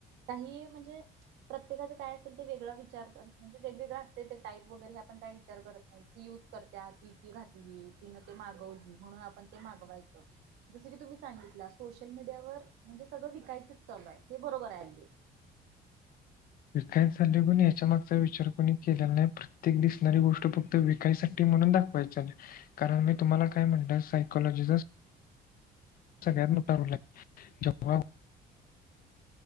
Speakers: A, on the right (about 85°); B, on the left (about 60°).
A: काही म्हणजे प्रत्येकाचं काय असेल ते वेगळं विचार कर म्हणजे वेगवेगळं असते ते टाईप वगैरे हे आपण काय विचार करत नाही ती युज करत्या ती ती घातली तीन ते मागवली म्हणून ते मागवायचं जसं की तुम्ही सांगितला सोशल मीडियावर म्हणजे सगळं विकायचंच चालू आहे ते बरोबर आहे अगदी
B: विकायचं चाललाय पण याच्यामागचा विचार कोणी केलेला नाही प्रत्येक दिसणारी गोष्ट फक्त विकायसाठी म्हणून दाखवायची कारण मी तुम्हाला काय म्हणलं सायकोलॉजीचा सगळ्यात मोठा रोल आहे